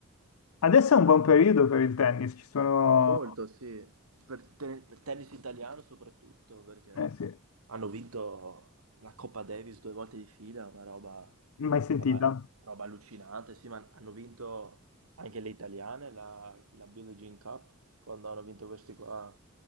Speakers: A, on the left (about 75°); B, on the right (about 80°).
A: adesso è un buon periodo per il tennis, ci sono...
B: Molto, sì. Per te- per tennis italiano soprattutto, perché
A: Eh sì,
B: Hanno vinto la Coppa Davis due volte di fila, una roba,
A: mai sentita?
B: roba- roba allucinante. Sì, ma hanno vinto anche le italiane, la, la Billie Jean Cup, quando hanno vinto questi qua,